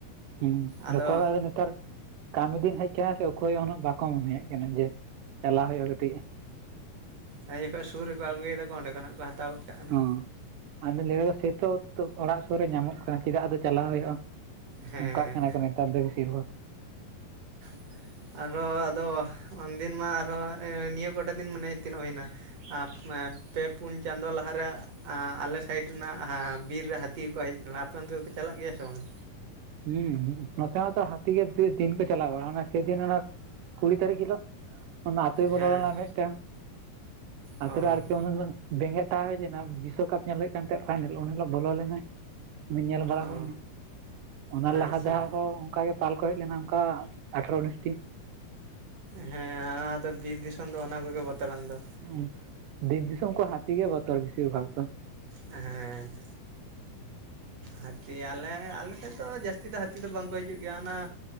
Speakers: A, on the right (about 75°); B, on the right (about 55°).
A: ᱦᱩᱸ
B: ᱟᱫᱚ
A: ᱡᱚᱛᱚ ᱦᱚᱲᱟᱜ ᱱᱮᱛᱟᱨ ᱠᱟᱹᱢᱤ ᱫᱤᱱ ᱦᱮᱡ ᱠᱟᱱᱟ ᱥᱮ ᱚᱠᱚᱭ ᱦᱚᱸ ᱩᱱᱟᱹᱜ ᱵᱟᱠᱚ ᱢᱚᱱᱮᱭᱟᱜ ᱠᱟᱱᱟ ᱡᱮ ᱪᱟᱞᱟ ᱦᱩᱭᱩᱜ-ᱟ ᱠᱟᱹᱴᱤᱡ
B: ᱮᱹᱭ ᱡᱚᱠᱷᱚᱱ ᱥᱩᱨ ᱨᱮᱠᱚ ᱟᱹᱜᱩᱭ ᱫᱟᱠᱚ ᱚᱸᱰᱮ ᱠᱷᱚᱱᱟᱜ ᱠᱚ ᱦᱟᱛᱟᱣ᱾ ᱠᱟᱜ ᱠᱟᱱᱟ
A: ᱦᱚᱸ ᱟᱫᱚ ᱞᱟᱹᱭᱫᱟᱠᱚ ᱥᱮᱛᱳ ᱛᱳ ᱚᱲᱟᱜ ᱥᱩᱨ ᱨᱮ ᱧᱟᱢᱚᱜ ᱠᱟᱱᱟ ᱪᱮᱫᱟᱜ ᱟᱫᱚ ᱪᱟᱞᱟᱣ ᱦᱩᱭᱩᱜᱼᱟ᱾
B: ᱦᱮᱸ
A: ᱚᱝᱠᱟᱜ ᱠᱟᱱᱟ ᱠᱚ ᱱᱮᱛᱟᱨ ᱫᱚ ᱵᱤᱥᱤᱨ ᱵᱷᱟᱜᱽ
B: <inaudible> ᱟᱨᱦᱚᱸ ᱟᱫᱚ ᱩᱱᱫᱤᱱ ᱢᱟ ᱟᱨᱦᱚ ᱦᱚ ᱱᱤᱭᱟᱹ ᱠᱚᱴᱟ ᱫᱤᱱ ᱢᱟᱱᱮ ᱛᱤᱱᱟᱹᱜ ᱦᱩᱭᱱᱟ᱾ <inaudible> ᱯᱮ ᱯᱩᱱ ᱪᱟᱸᱫᱳ ᱞᱟᱦᱟᱨᱮ ᱮᱸᱜ ᱟᱞᱮ ᱥᱟᱭᱤᱰ ᱮᱸ ᱨᱮᱱᱟᱜ ᱵᱤᱨ ᱨᱮ ᱦᱟᱹᱛᱤ ᱠᱚᱠᱚ ᱦᱮᱡ ᱞᱮᱱᱟ ᱟᱯᱮ ᱚᱱᱛᱮ ᱫᱚᱠᱚ ᱪᱟᱞᱟᱜ ᱜᱮᱭᱟ ᱥᱮ ᱵᱟᱝᱟ᱾
A: ᱦᱩᱸ ᱱᱚᱛᱮ ᱦᱚᱸᱛᱚ ᱦᱟᱹᱛᱤ ᱜᱮ <inaudible> ᱫᱤᱱ ᱠᱚ ᱪᱟᱞᱟ ᱵᱟᱲᱟᱜ-ᱟ ᱥᱮᱫᱤᱱ ᱚᱱᱟ᱾ ᱠᱩᱲᱤ ᱛᱟᱨᱤᱠᱷ ᱦᱤᱞᱳᱜ ᱚᱱᱟ ᱟᱛᱳᱭ ᱵᱚᱞᱚ
B: ᱦᱮᱸ
A: ᱞᱮᱱᱟ ᱢᱮᱫᱴᱟᱝ ᱟᱛᱳ
B: ᱚ
A: ᱨᱮ ᱟᱨᱠᱤ ᱩᱱ ᱵᱮᱸᱜᱮᱫ ᱛᱟᱦᱮᱸ ᱦᱩᱭ ᱞᱮᱱᱟ ᱵᱤᱥᱥᱚᱠᱟᱯ ᱧᱮᱞ ᱦᱩᱭᱩᱜ ᱠᱟᱱ ᱛᱟᱦᱮᱸ ᱯᱷᱟᱭᱱᱮᱞ ᱩᱱ ᱦᱤᱞᱳᱜ ᱵᱚᱞᱚ ᱞᱮᱱᱟᱭ ᱩᱱᱤ ᱧᱮᱞ ᱵᱟᱲᱟ
B: ᱚ
A: ᱦᱩᱭ ᱮᱱᱟ᱾ ᱚᱱᱟ
B: ᱟᱪᱪᱷᱟ
A: ᱞᱟᱦᱟ ᱫᱚᱦᱟᱜ ᱦᱚᱸ ᱚᱱᱠᱟ ᱜᱮ ᱯᱟᱞ ᱠᱚ ᱦᱮᱡᱽ ᱞᱮᱱᱟ ᱚᱱᱠᱟ ᱟᱴᱷᱮᱨᱚ ᱩᱱᱤᱥ ᱴᱤ
B: ᱦᱮᱸᱻ ᱟᱫᱚ ᱵᱤᱨ ᱫᱤᱥᱚᱢ ᱫᱚ ᱚᱱᱟ ᱠᱚᱜᱮ ᱵᱚᱛᱚᱨ ᱟᱱ ᱫᱚ
A: ᱩᱸ ᱵᱤᱨ ᱫᱤᱥᱚᱢ ᱠᱚ ᱦᱟᱹᱛᱤ ᱜᱮ ᱵᱚᱛᱚᱨ ᱵᱮᱥᱤᱨ ᱵᱷᱟᱜ ᱫᱚ
B: ᱦᱮᱸ ᱦᱟᱹᱛᱤ ᱟᱞᱮ ᱟᱞᱮ ᱥᱮᱫ ᱫᱚ ᱡᱟᱹᱥᱛᱤ ᱫᱚ ᱦᱟᱹᱛᱤ ᱫᱚ ᱵᱟᱝ ᱠᱚ ᱦᱤᱡᱩᱜ ᱜᱮᱭᱟ ᱚᱱᱟ᱾